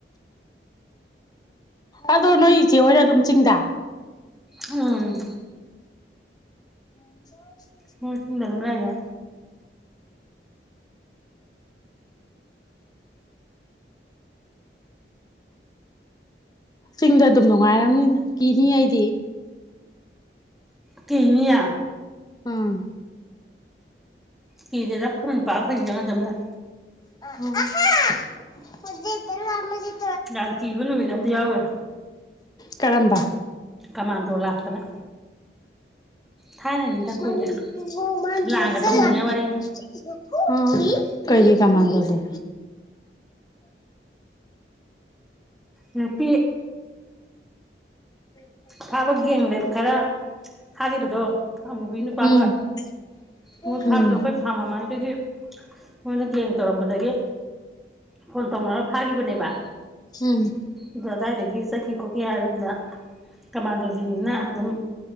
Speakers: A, on the left (about 20°); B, in the centre.
A: ꯑꯗꯣ ꯅꯣꯏ ꯏꯆꯦ ꯍꯣꯏꯅ ꯑꯗꯨꯝ ꯆꯤꯡꯗꯥ
B: ꯎꯝ
A: ꯍꯣꯡꯕ <unintelligible>
B: ꯍꯣꯏ ꯆꯤꯟꯗ ꯑꯗꯨꯝ ꯂꯩꯔꯦ
A: ꯆꯤꯡꯗ ꯑꯗꯨꯝ ꯅꯨꯡꯉꯥꯏꯔꯝꯅꯤꯗ ꯀꯤꯅꯤ ꯑꯩꯗꯤ
B: ꯀꯤꯅꯤꯌꯦ
A: ꯎꯝ
B: ꯀꯤꯗꯦꯗ ꯑꯩꯈꯣꯏ ꯅꯤꯄꯥ ꯑꯩꯈꯣꯏ ꯅꯤꯗꯪ ꯑꯗꯨꯝ ꯂꯩ
A: ꯇ <unintelligible>
B: ꯌꯥꯥꯝꯀꯤꯕ ꯅꯨꯃꯤꯠ ꯑꯃꯗ ꯌꯥꯎꯒꯔꯦ
A: ꯀꯔꯝꯕ
B: ꯀꯃꯥꯟꯗꯣ ꯂꯥꯛꯇꯅ ꯊꯥꯏꯅꯅꯤꯗ
A: ꯃꯥ
B: ꯀꯨꯏꯔꯦ
A: ꯃꯥꯦ
B: ꯂꯥꯟꯒ
A: ꯆ
B: ꯇꯧꯗ꯭ꯔꯤꯉꯩ
A: <unintelligible>
B: ꯋꯥꯔꯤꯅꯤ
A: ꯀꯩꯒꯤ ꯀꯃꯥꯟꯗꯣꯗꯤ
B: ꯅꯨꯄꯤ
A: ꯦ <inaudible>
B: ꯐꯥꯕ ꯒꯦꯡ ꯔꯦꯞ ꯈꯔ ꯐꯥꯈꯤꯕꯗꯣ ꯑꯃꯨꯕꯤ ꯅꯨꯄꯥ
A: ꯎꯝ
B: ꯍꯣꯏ
A: ꯎꯝ
B: ꯃꯣꯏ ꯐꯥꯕꯗꯣ ꯑꯩꯈꯣꯏ ꯐꯥꯔꯃ ꯃꯃꯥꯡꯉꯩꯗꯒꯤ ꯃꯣꯏꯅ ꯒꯦꯡ ꯇꯧꯔꯝꯕꯗꯒꯤ ꯐꯣꯟ ꯇꯧꯅꯔ ꯐꯥꯈꯤꯕꯅꯦꯕ
A: ꯎꯝ
B: ꯑꯗꯨ ꯑꯗꯨꯋꯥꯏꯗꯒꯤ ꯆꯠꯈꯤ ꯈꯣꯠꯈꯤ ꯌꯥꯔꯜꯗꯥ ꯀꯃꯥꯟꯗꯣꯁꯤꯡꯗꯨꯅ ꯑꯗꯨꯝ